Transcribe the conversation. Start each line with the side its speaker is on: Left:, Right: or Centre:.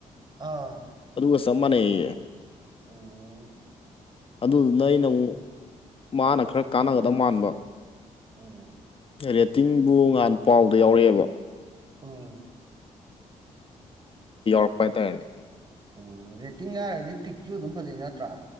Right: ꯑꯥ
Left: ꯑꯗꯨꯒ ꯆꯞ ꯃꯥꯟꯅꯩꯌꯦꯌꯦ
Right: ꯎꯝ
Left: ꯑꯗꯨꯗꯨꯅ ꯑꯩꯅ
Right: ꯑꯗꯨꯗꯤ
Left: ꯑꯃꯨꯛ ꯃꯥꯅ ꯈꯔ ꯀꯥꯟꯅꯗ ꯃꯥꯟꯕ
Right: ꯑꯣ
Left: ꯔꯦꯇꯤꯡꯕꯨ ꯉꯍꯥꯟ ꯄꯥꯎꯗ ꯌꯥꯎꯔꯛꯑꯦꯕ
Right: ꯎꯝ
Left: ꯌꯥꯎꯔꯛꯄ ꯍꯥꯏꯇꯥꯔꯦ
Right: ꯎꯝ ꯔꯦꯇꯤꯡ ꯍꯥꯏꯔꯗꯤ ꯇꯤꯛꯁꯨ ꯑꯗꯨꯝ ꯐꯖꯩ ꯅꯠꯇ꯭ꯔꯥ